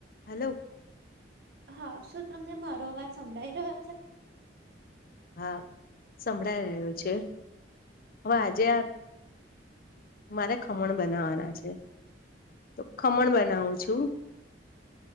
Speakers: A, on the left; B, on the right.
A: હાલો
B: હા શું તમને મારો અવાજ સંભળાઈ રહ્યો છે.
A: હા સંભળાઈ રહ્યો છે હવે આજે આપ મારે ખમણ બનાવાના છે તો ખમણ બનાવું છું.